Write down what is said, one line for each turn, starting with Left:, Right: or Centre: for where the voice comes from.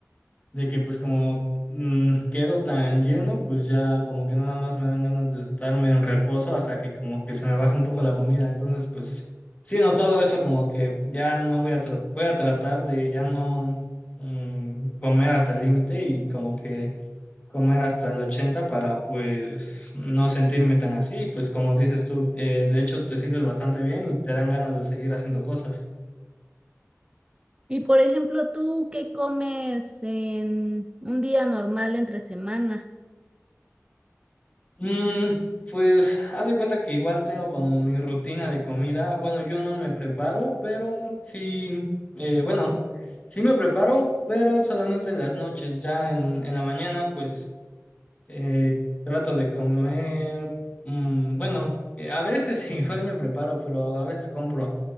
Left: de que pues como mm, quedo tan lleno, pues ya como que nada más me dan ganas de estarme en reposo hasta que como que se me baje un poco la comida. Entonces, pues sí he notado eso, como que ya no voy a, tra- voy a tratar de ya no mm, comer hasta el límite y como que comer hasta el 80 para pues no sentirme tan así, pues como dices tú, eh, de hecho te sientes bastante bien y te dan ganas de seguir haciendo cosas.
Right: Y por ejemplo, ¿tú qué comes en un día normal entre semana?
Left: Mm, pues haz de cuenta que igual tengo como mi rutina de comida, bueno, yo no me preparo, pero sí, eh, bueno, sí me preparo, pero solamente en las noches, ya en, en la mañana pues eh, trato de comer, mm, bueno, eh, a veces <laughs> igual me preparo, pero a veces compro.